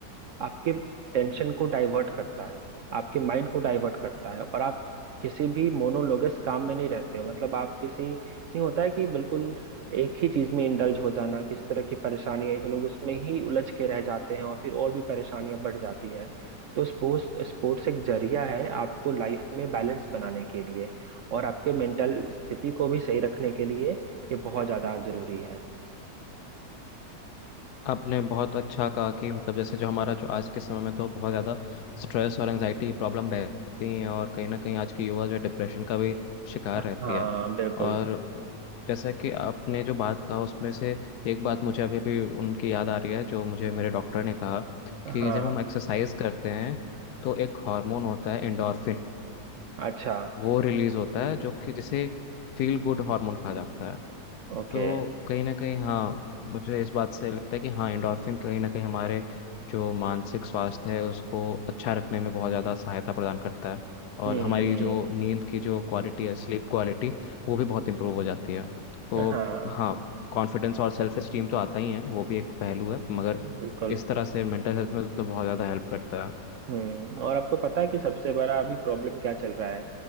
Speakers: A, on the right; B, on the left.
A: आपके टेंशन को डाइवर्ट करता है आपके माइंड को डाइवर्ट करता है और आप किसी भी मोनोलोगस काम में नहीं रहते हो मतलब आप किसी नहीं होता है कि बिल्कुल एक ही चीज में इंडल्ज हो जाना किसी तरह की परेशानी है तो लोग उसमें ही उलझ के रह जाते हैं और फिर और भी परेशानियां बढ़ जाती हैं तो स्पोर्ट्स स्पोर्ट्स एक जरिया है आपको लाइफ में बैलेंस बनाने के लिए और आपके मेंटल स्थिति को भी सही रखने के लिए ये बहुत ज्यादा जरूरी है
B: आपने बहुत अच्छा कहा कि मतलब जैसे जो हमारा जो आज के समय में तो बहुत ज़्यादा स्ट्रेस और एंजाइटी की प्रॉब्लम रहती है और कहीं ना कहीं आज की युवा जो है डिप्रेशन का भी शिकार
A: हाँ
B: रहती है
A: बिल्कुल
B: और जैसा कि आपने जो बात कहा उसमें से एक बात मुझे अभी भी उनकी याद आ रही है जो मुझे मेरे डॉक्टर ने कहा कि
A: हाँ
B: जब हम एक्सरसाइज करते हैं तो एक हार्मोन होता है एंडोर्फिन
A: अच्छा
B: वो रिलीज होता है जो कि जिसे फील गुड हार्मोन कहा जाता है
A: ओके
B: तो कहीं ना कहीं हाँ मुझे इस बात से लगता है कि हाँ एंडोर्फिन कहीं ना कहीं हमारे जो मानसिक स्वास्थ्य है उसको अच्छा रखने में बहुत ज़्यादा सहायता प्रदान करता है और
A: हम्म
B: हमारी
A: हम्म
B: जो नींद की जो क्वालिटी है स्लीप क्वालिटी वो भी बहुत इंप्रूव हो जाती है तो
A: हाँ
B: हाँ कॉन्फिडेंस और सेल्फ एस्टीम तो आता ही है वो भी एक पहलू है मगर
A: बिल्कुल
B: इस तरह से मेंटल हेल्थ में तो बहुत ज़्यादा हेल्प करता है
A: हम्म और आपको पता है कि सबसे बड़ा अभी प्रॉब्लम क्या चल रहा है